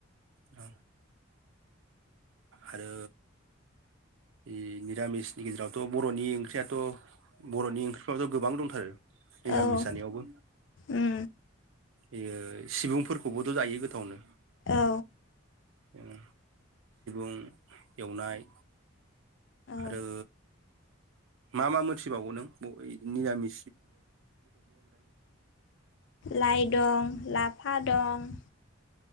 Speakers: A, on the right; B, on the left.
A: औ आरो इ निरामिसनि गेजेरावथ' बर'नि ओंख्रियाथ' बर'नि ओंख्रिफ्राथ' गोबां दंथारो निरामिस
B: औ
A: जानायावबो।
B: उम
A: जेरै सिबुंफोरखौबोथ' जायो गोथावनो।
B: औ
A: उम उम एवनाय आरो
B: औ
A: मा मा मोनथिबावगौ नों ब इ निरामि
B: लाय दं लाफा दं। <inaudible>